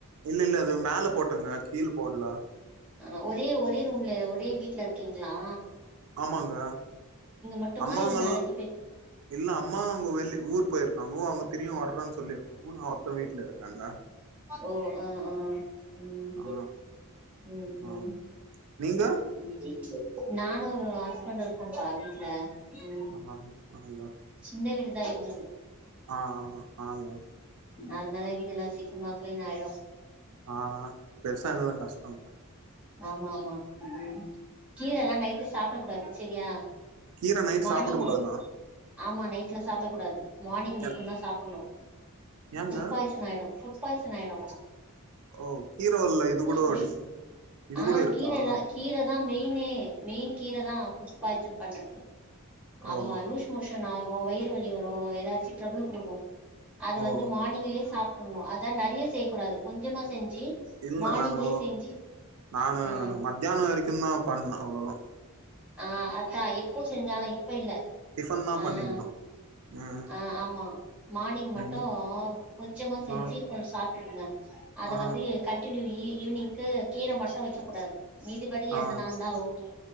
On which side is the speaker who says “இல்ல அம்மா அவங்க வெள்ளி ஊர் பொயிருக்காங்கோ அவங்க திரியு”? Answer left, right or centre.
Right